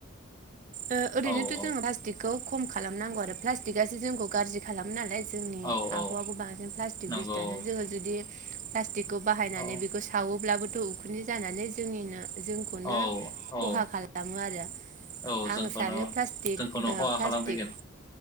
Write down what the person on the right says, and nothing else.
ओ ओरैनोथ‌
जों
पा खौ खम खालामनांगौ आरो प्लास्टिकआसो जोंखौ गाज्रि खालामो नालाय जोंनि
आबहावाखौ बांसिन प्लास्टिक
बुस्थुआनो जोङो जुदि प्लास्टिकखौ बाहायनानै
बेखौ सावोब्लाबोथ उखुन्दै जानानै जोंनिनो जोंखौनो
खहा
खालाम खालामो आरो।
आं सानो प्लास्टिक
ओ
प्लास्टिक